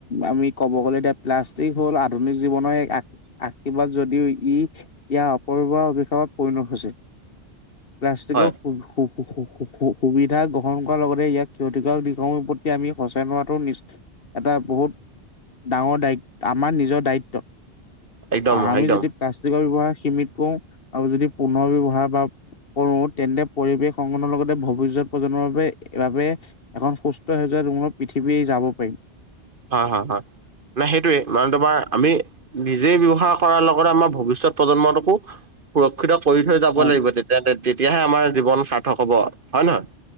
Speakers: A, on the left; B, on the right.
A: আমি ক'ব গ'লে এতিয়া প্লাষ্টিক হ'ল আধুনিক জীৱনৰ এক আ আশীৰ্বাদ যদিও ই ইয়াৰ অপব্যবহাৰ অভিশাপত পৰিণত হৈছে। প্লাষ্টিকৰ
B: হয়।
A: সু- সু- সু-সু- সু- সু-সু- সু সুবিধা গ্ৰহণ কৰাৰ লগতে ইয়াক ক্ষতিকাৰক নিগমৰ প্ৰতি আমি সচেতন হোৱাটো নিচ এটা বহুত ডাঙৰ দায়িত আমাৰ নিজৰ দায়িত্ব।
B: একদম
A: আ-আমি
B: একদম
A: যদি প্লাষ্টিকৰ ব্যৱহাৰ সীমিত কৰো, আৰু যদি পুনৰ ব্যৱহাৰ বা কৰো তেন্তে পৰিৱেশ সংগনৰ লগতে ভৱিষ্যত প্ৰজন্মৰ বাবে বাবে- এখন সুস্থ হৈ যোৱা ৰুমত পৃথিৱী যাব পাৰিম।
B: হয় হয় হয় ন সেইটোৱে মানে তোমাৰ আমি- নিজেই ব্যৱসায় কৰাৰ লগতে আমাৰ ভৱিষ্যত প্ৰজন্মটোকো- সুৰক্ষিত কৰি থৈ যাব
A: হয়,
B: লাগিব তেতিয়া তেতিয়াহে আমাৰ জীৱন সাৰ্থক হ'ব হয় নহয়।